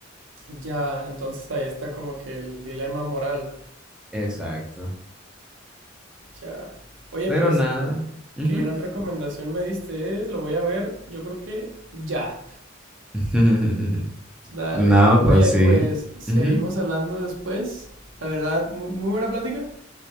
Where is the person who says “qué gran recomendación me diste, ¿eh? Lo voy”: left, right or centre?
Right